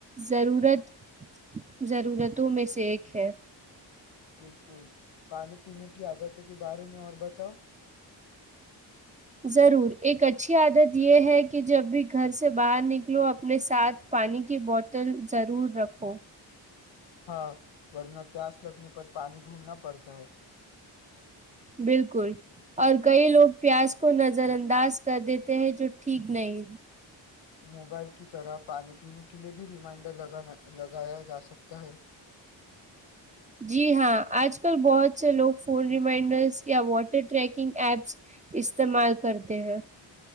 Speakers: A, on the right; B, on the left.
A: ضرورت ضرورتوں میں سے ایک ہے
B: بالکل پانی پینے کی عادت کے بارے میں اور بتاؤ
A: ضرور ایک اچھی عادت یہ ہے کہ جب بھی گھر سے باہر نکلو اپنے ساتھ پانی کی بوتل ضرور رکھو
B: ہاں ورنہ پیاس لگنے پر پانی ڈھونڈنا پڑتا ہے
A: بالکل اور کئی لوگ پیاز کو نظر انداز کر دیتے ہیں جو ٹھیک نہیں
B: موبائل کی طرح پانی پینے کے لیئے بھی ریمائنڈر لگایا جا سکتا ہے
A: جی ہاں آج کل بہت سے لوگ فون ریمائنڈرس یا واٹر ٹریکنگ ایپس استعمال کرتے ہیں